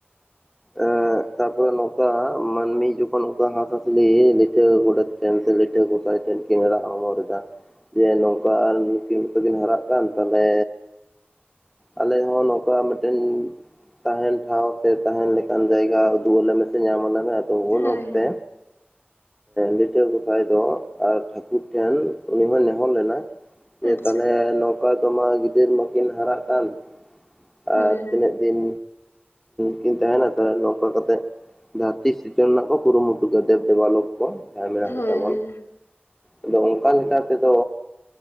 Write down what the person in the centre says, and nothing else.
ᱮᱻ ᱛᱟᱨᱯᱚᱨ ᱱᱚᱝᱠᱟ ᱢᱟᱱᱢᱤ ᱡᱚᱠᱷᱚᱱ ᱱᱚᱝᱠᱟ ᱦᱟᱸᱥ ᱦᱟᱥᱞᱤ ᱞᱤᱴᱟᱹ ᱜᱚᱰᱮᱛ ᱴᱷᱮᱱ ᱥᱮ ᱞᱤᱴᱟ ᱜᱚᱥᱟᱭ ᱴᱷᱮᱱ ᱠᱤᱱ ᱨᱟᱜ ᱦᱚᱢᱚᱨᱫᱟ, ᱡᱮ ᱱᱚᱝᱠᱟ ᱱᱩᱠᱤᱱ ᱛᱚ ᱠᱤᱱ ᱦᱟᱨᱟᱜ ᱠᱟᱱ ᱛᱟᱦᱚᱞᱮ ᱟᱞᱮ ᱦᱚᱸ ᱱᱚᱝᱠᱟ ᱢᱤᱫᱴᱮᱱ ᱛᱟᱦᱮᱱ ᱴᱷᱟᱶ ᱥᱮ ᱛᱟᱦᱮᱱ ᱞᱮᱠᱟᱱ ᱡᱟᱭᱜᱟ ᱩᱫᱩᱞ ᱟᱞᱮ ᱢᱮ ᱥᱮ ᱧᱟᱢ ᱟᱞᱮ ᱢᱮ, ᱟᱫᱚ ᱩᱱ
ᱚᱠᱛᱮ
ᱞᱤᱴᱟᱹ ᱜᱚᱸᱥᱟᱭ ᱫᱚ ᱟᱨ ᱴᱷᱟᱠᱩᱨ ᱴᱷᱮᱱ ᱩᱱᱤ ᱦᱚᱸᱭ ᱱᱮᱦᱚᱨ ᱞᱮᱱᱟ, ᱡᱮ
ᱛᱟᱦᱞᱮ ᱱᱚᱝᱠᱟ ᱫᱚ ᱢᱟ ᱜᱤᱫᱟᱹᱨ ᱢᱟᱠᱤᱱ ᱦᱟᱨᱟᱜ ᱠᱟᱱ ᱟᱨ
ᱛᱤᱱᱟᱹᱜ ᱫᱤᱱ ᱠᱤᱱ ᱛᱟᱦᱮᱱᱟ ᱛᱟᱦᱚᱞᱮ ᱱᱚᱝᱠᱟ ᱠᱟᱛᱮᱜ ᱫᱷᱟᱹᱨᱛᱤ ᱥᱤᱨᱡᱚᱱ ᱨᱮᱱᱟᱜ ᱠᱚ ᱠᱩᱨᱩᱢᱩᱴᱩ ᱫᱮᱵ ᱫᱮᱵ ᱫᱮᱵᱟᱞᱳ ᱠᱚ ᱡᱟᱦᱟᱸᱭ ᱢᱮᱱᱟᱜ
ᱠᱚᱛᱟ ᱵᱚᱱ
ᱟᱫᱚ ᱚᱱᱠᱟ ᱞᱮᱠᱟ ᱛᱮᱫᱚ